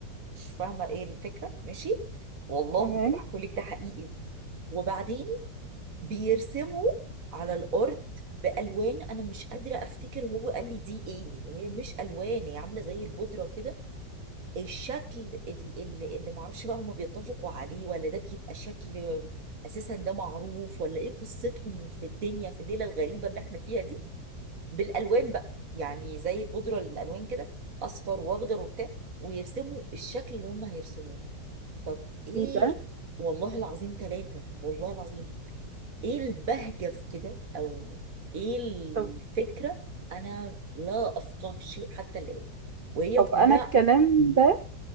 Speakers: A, on the right (about 50°); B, on the right (about 80°).
A: مش فاهمه ايه الفكره ماشي والله
B: تمام
A: اللي بحكولك ده حقيقي وبعدين بيرسموا على الارض بالوان انا مش قادره افتكر هو قال لي دي ايه وهي مش الوان هي عامله زي البودره كده الشكل اللي, اللي معرفش بقى هما بيتفقوا عليه ولا ده بيبقى شكل اساسا ده معروف ولا ايه قصتهم في الدنيا في الليله الغريبه اللي احنا فيها دي بالالوان بقى يعني زي البودره الالوان كده اصفر واخضر وبتاع ويرسموا الشكل اللي هما هيرسموه طب ايه
B: ايه ده
A: والله العظيم ثلاثة والله العظيم ايه البهجة في كده او ايه الفكرة
B: طب
A: انا لا افقه شيء حتى الآن وهي
B: طب
A: كلها
B: انا الكلام ده